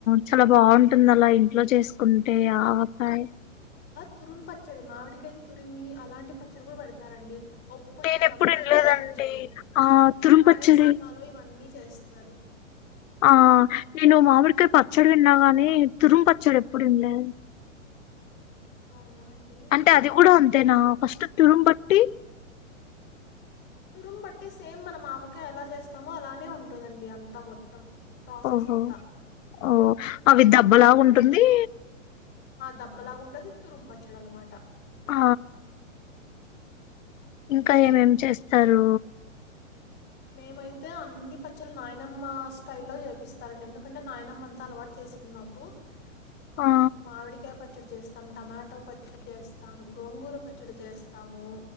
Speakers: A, on the left; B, on the left.
A: చాలా
B: ఆవకాయ
A: బాగుంటుంద
B: పచ్చడి.
A: అలా ఇంట్లో చేసుకుంటే ఆవకాయ్
B: తురుమ్ పచ్చడి మామిడికాయని తురిమి అలాంటి పచ్చడి కూడా పెడుతారండి. ఒప్పు పచ్చడి
A: నేనెప్పుడు
B: కాకుండా
A: ఇనలేదండి
B: తురుం పచ్చడి
A: ఆ తురుం
B: రాయలసీమలో
A: పచ్చడి
B: ఇవన్నీ చేస్త తారు
A: ఆ నేను మామిడికాయ పచ్చడి విన్నా కానీ తురుమ్ పచ్చడి ఎప్పుడు విన్లే
B: అవునా అండి
A: అంటే అది గూడ అంతేనా ఫస్ట్ తురుమ్ పట్టి
B: తురం బట్టి సేమ్ మనం ఆవకాయ ఎలా చేస్తామో అలానే ఉంటదండి అంతా మొత్తం ప్రాసెస్
A: ఓహో
B: అంతా
A: ఓ అవి దబ్బలాగుంటుంది.
B: దబ్బలాగుంటది. తురుమ్ పచ్చడనమాట
A: ఆ ఇంకా ఏమేమి చేస్తారు
B: మేమైతే అన్ని పచ్చళ్లు నాయనమ్మ స్టైల్లో చేపిస్తారండి ఎందుకంటే నాయనమ్మ అంతా అలవాటు చేసింది మాకు మ్మ్
A: ఆ
B: మావిడికయ పచ్ పచ్చడి చేస్తాం టమాటో పచ్చడి చేస్తాం గోంగూర పచ్చడి చేస్తాము.